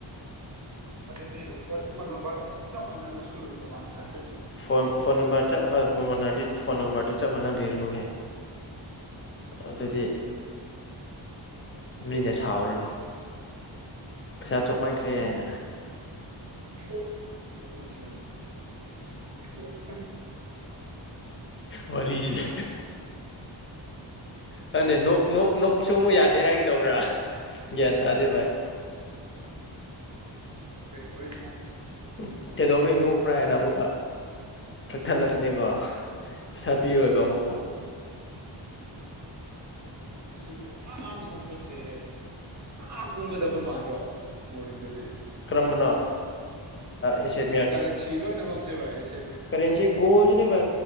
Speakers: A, on the right; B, on the left.
A: ꯑꯗꯨꯗꯤ ꯐꯣꯟ ꯅꯝꯕꯔ ꯆꯄ ꯃꯅꯗꯔꯥꯁꯨ ꯇꯣꯉꯟ ꯇꯥꯏꯌꯦ
B: ꯐꯣꯟ ꯐꯣꯟ ꯅꯝꯕꯔ ꯆꯄ ꯍ ꯐꯣꯟ ꯃꯅꯥꯔꯗꯤ ꯐꯣꯟ ꯅꯝꯕꯔꯗꯤ ꯆꯞ ꯃꯥꯟꯅꯕꯤꯔꯅꯨꯍꯦ ꯑꯗꯨꯗꯤ ꯃꯤꯅ ꯁꯥꯎꯔꯅꯤ ꯄꯩꯁꯥ ꯆꯣꯞ ꯃꯥꯟꯈ꯭ꯔꯦ ꯍꯥꯏꯅ
A: ꯆꯤꯁ
B: ꯋꯔꯤꯁꯦ ꯈꯪꯗꯦ ꯅꯣꯛꯄꯁꯨ ꯑꯃꯨꯛ ꯌꯥꯗꯦ ꯍꯥꯏꯒꯗꯧꯕꯔꯥ ꯒ꯭ꯌꯥꯟ ꯇꯥꯗꯦ ꯚꯥꯏ
A: ꯣꯏ
B: ꯎꯝ ꯀꯩꯗꯧꯕꯩ ꯅꯣꯛꯄ꯭ꯔꯥ ꯍꯥꯏꯅ ꯑꯃꯨꯛꯀ ꯀꯛꯊꯠꯂꯛꯀꯅꯤꯀꯣ ꯄꯩꯁꯥ ꯄꯤꯔꯑꯣꯏꯀꯣ ꯑꯃꯨꯛꯀ
A: ꯃꯁꯤꯗꯤ ꯑꯥ ꯃꯊꯛ ꯆꯠꯇꯦꯍꯦ ꯑꯥ ꯀꯨꯝꯒꯗꯕ ꯃꯥꯟꯗ꯭ꯔꯣ ꯃꯣꯔꯅꯤꯡꯗꯗꯤ
B: ꯀꯔꯝꯕꯅꯣ ꯑꯦꯆꯦꯠ
A: ꯀꯔꯟꯁꯤ ꯂꯣꯏꯅꯃꯛꯁꯦ ꯚꯥꯏ ꯑꯦꯁꯦ
B: ꯀꯔꯦꯟꯁꯦ ꯒꯣꯜꯁꯤꯅꯦꯕ